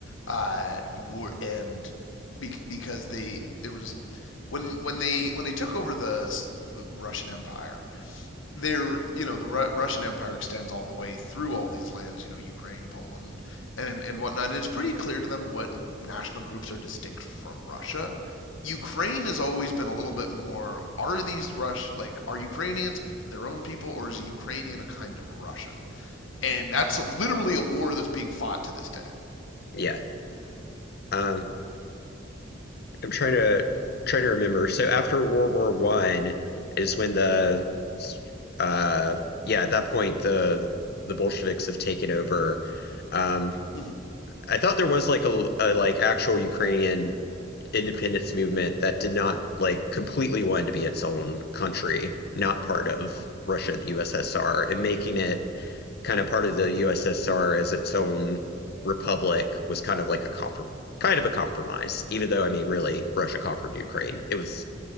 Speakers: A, on the left (about 85°); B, on the left (about 55°).
A: uh were and be, because they there was when when they when they took over the Russian Empire they're you know the Ru- Russian Empire extends all the way through all these lands, you know Ukraine, Poland, and and whatnot. And it's pretty clear to them what national groups are distinct from Russia. Ukraine has always been a little bit more. Are these Rush like are Ukrainians their own people, or is a Ukrainian a kind of a Russian? And that's literally a war that's being fought to this day.
B: yeah. Um, I'm trying to trying to remember. So after World War One is when the uh, yeah at that point the the Bolsheviks have taken over. Um,
A: hmm
B: I thought there was like a, a like actual Ukrainian independence movement that did not like completely wanted to be its own country, not part of Russia, the USSR, and making it kind of part of the USSR as its own republic was kind of like a comp- kind of a compromise. Even though I mean, really, Russia conquered Ukraine. It was,